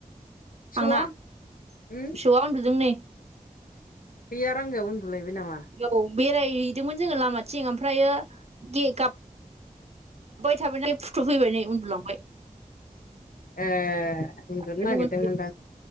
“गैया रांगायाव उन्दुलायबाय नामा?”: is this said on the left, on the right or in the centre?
Left